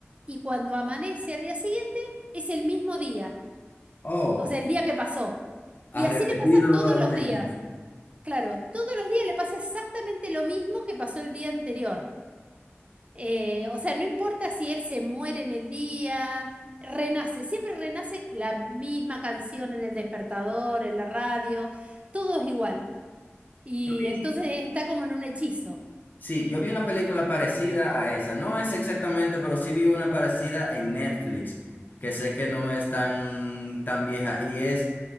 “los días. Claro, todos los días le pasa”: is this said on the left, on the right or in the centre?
Right